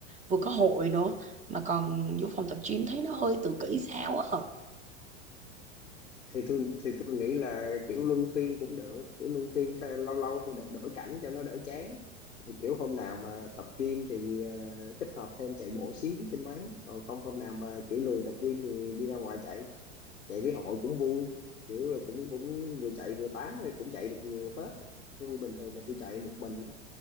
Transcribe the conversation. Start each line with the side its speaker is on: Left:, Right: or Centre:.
Right: vừa có hội nữa mà còn vô phòng tập gym thấy nó hơi tự kỷ sao á
Left: thì tôi thì tôi nghĩ là kiểu luân phiên cũng được kiểu luân phiên thay- lâu lâu thì đổi, đổi cảnh cho nó đỡ chán thì kiểu hôm nào mà tập gym thì ờ, kết hợp thêm chạy bộ xíu trên máy còn không hôm nào mà kiểu lười tập gym thì đi ra ngoài chạy chạy với hội cũng vui kiểu là cũng cũng vừa chạy vừa tám rồi cũng chạy được nhiều phết á. tôi bình thường mà tôi chạy một mình á